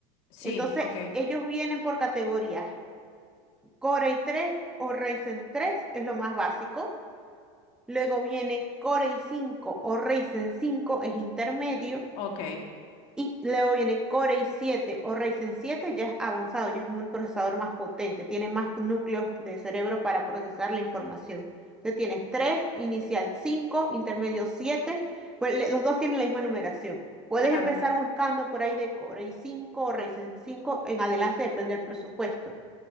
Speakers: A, on the left (about 60°); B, in the centre.
A: Sí,
B: Entonces,
A: ok,
B: e- ellos vienen por categorías. Core i tres o Ryzen tres es lo más básico. Luego viene Core i cinco o Ryzen cinco es intermedio.
A: ok,
B: Y luego viene Core i7 o Ryzen 7, ya es avanzado, ya es un procesador más potente, tiene más núcleos de cerebro para procesar la información. Entonces tienes 3 inicial 5 intermedio 7 pues le- los dos tienen la misma numeración. Puedes
A: claro.
B: empezar buscando por ahí de Core i5 o Ryzen 5 en adelante, depende del presupuesto.